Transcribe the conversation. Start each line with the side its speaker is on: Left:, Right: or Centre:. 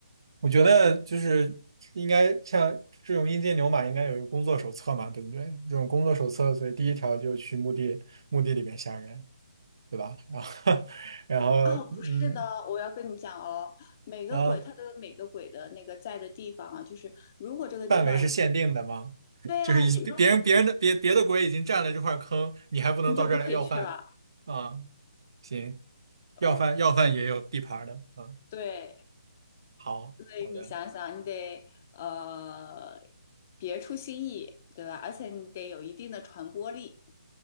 Right: 我觉得就是应该像这种阴间牛马应该有一个工作手册嘛，对不对？这种工作手册，所以第一条就去墓地墓地里面吓人，对吧？然后 <laughs> 然后嗯
Left: 哦，不是的，我要跟你讲哦，每个鬼它都有每个鬼的那个在的地方啊，
Right: 啊。
Left: 就是如果这个地方也
Right: 范围是限定的吗？
Left: 对呀、
Right: 就是已别人别人的别别的国已经占了这块坑，
Left: 啊，如
Right: 你还不能到这儿来要饭啊？
Left: 你就不可以去了。
Right: 行，
Left: 呃，
Right: 要饭要饭也有地盘儿的啊。
Left: 对，
Right: 好，
Left: 所以你想想，
Right: 好的。
Left: 你得呃别出新意，对吧？而且你得有一定的传播力。